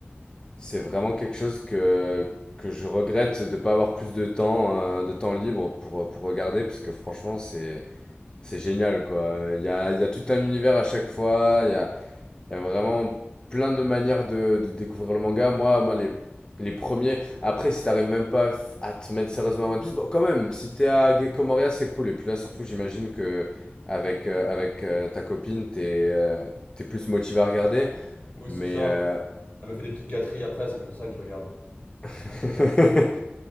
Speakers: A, on the left (about 20°); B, on the left (about 40°).
A: C'est vraiment quelque chose que, que je regrette de ne pas avoir plus de temps, euh, de temps libre pour, pour regarder, parce que franchement, c'est, c'est génial, quoi. Il y a, il y a tout un univers à chaque fois, il y a, il y a vraiment plein de manières de, de découvrir le manga. Moi, moi les, les premiers, après, si t'arrives même pas à te mettre sérieusement à One Piece, bon, quand même, si t'es à Gecko Moria, c'est cool. Et puis là, surtout, j'imagine que avec, euh, avec euh, ta copine, t'es, euh, t'es plus motivé à regarder,
B: Oui,
A: mais...
B: c'est ça.
A: euh,
B: Elle me fait des petites gâteries après, c'est pour ça que je regarde.
A: <laughs>
B: <laughs> Je rigole.